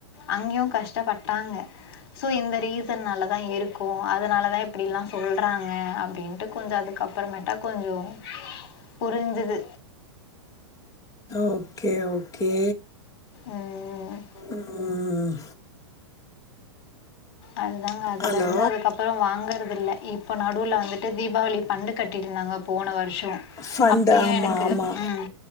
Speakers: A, on the left; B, on the left.
A: அங்யு கஷ்டப்பட்டாங்க சோ இந்த ரீசன் நாலதா இருக்கு போ அதனால தா இப்படிலா சொல்றாங்க அப்படின்ட்டு கொஞ்ச அதுக்கப்பறமேட்டா கொஞ்சு புரிஞ்சது
B: ஓகே ஓகே
A: ம்
B: ம்
A: அதுதாங்க அதலருந்து
B: ஹலோ
A: அதுக்கப்பறோ வாங்கறதில்ல இப் போ நடுவ்ல வந்துட்டு தீபாவளி பண்டு கட்டிட்ருந்தாங்க போன வருஷோ
B: ஃபண்டு
A: அப்பயு
B: ஆமா
A: எனக்கு
B: ஆமா
A: ம்